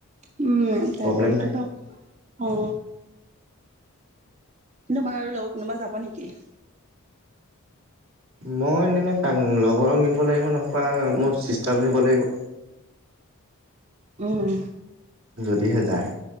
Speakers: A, on the right; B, on the right.
A: উম, তাকেটো
B: প্ৰব্লেম নাই
A: অ'। <unintelligible> আৰু লগৰ কোনোবা যাব নেকি?
B: মই নিলে কাক লগৰক নিব লাগিব নহবা মোৰ চিষ্টাৰক নিব লাগিব।
A: উম।
B: যদিহে যায়